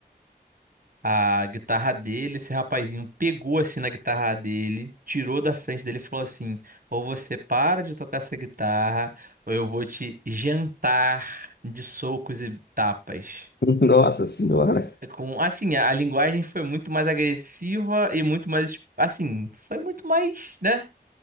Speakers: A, on the right; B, on the left.
A: a guitarra dele, esse rapazinho pegou assim na guitarra dele, tirou da frente dele e falou assim: ou você para de tocar essa guitarra, ou eu vou te jantar de socos e tapas.
B: Uhum. Nossa Senhora.
A: É Com, assim, a, a linguagem foi muito mais agressiva e muito mais, assim, foi muito mais, né,